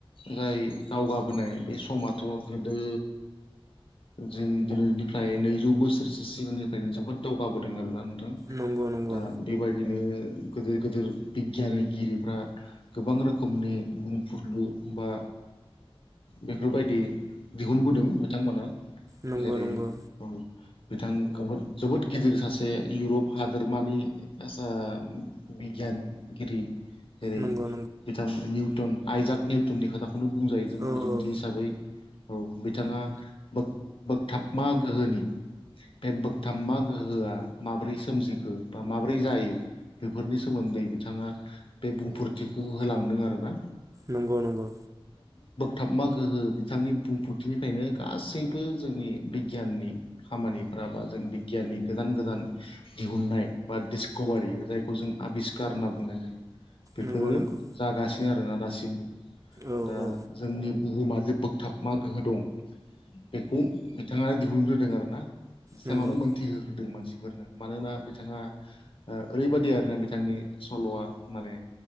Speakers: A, on the left; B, on the right.
A: जाय दावगाबोनाय बे समा थ' गोदो जों दिनैनिफ्राय नैजौ बोसोरसो सिगांनिफ्रायनो जोबोद दावगाबोदों आरोना नों थां
B: नंगौ नंगौ
A: दा बेबायदिनो गोदोर गोदोर बिगियानगिरिफ्रा गोबां रोखोमनि बुंफुरलु बा बेफोरबायदि दिहुनबोदों बिथांमोना
B: नोंगौ
A: जेरै
B: नोंगौ
A: औ बिथां गोबोद जोबोद गिदिर सासे इउरप हादोरमानि बिगियानगिरि जेरै
B: नंगौ नंगौ
A: बिथां निउटन आयजाक निउटननि खोथाख बेखौनो बुंजायो जों
B: औ
A: बिदिन्थि
B: औौ
A: हिसाबै औ बिथाङा बो बोगथाबमा गोहोनि बे बोगथाबमा गोहोआ माबोरै सोमजिखो बा माबोरै जायो बेफोरनि सोमोन्दै बिथाङा बे बुंफोरथिखौ होलांदों आरोना
B: नंगौ नंगौ
A: थाबमा गोहो बिथांनि बुंफोरथिनिफ्रायनो गासैबो जोंनि बिगियाननि खामानिफोरा बा जों बिगियाननि गोदान गोदान दिहुननाय बा डिसक'भारि जायखौ जों आबिस्कार होनना बुंनाय जायो बेफोरो
B: नंगौ नंगौ
A: जागासिनो आरोना दासिम
B: औ
A: दा
B: औ
A: जोंनि बुहुमा जे बोगथाब मा गोहो दं बेखौ बिथाङानो दिहुनग्रोदों आरोना बिथाङावनो
B: नंगौ
A: मोनथिहोग्रोदों मानसि फोरनो मानोना बिथाङा ओ ओरैबायदि आरोना बिथांनि सल'वा माने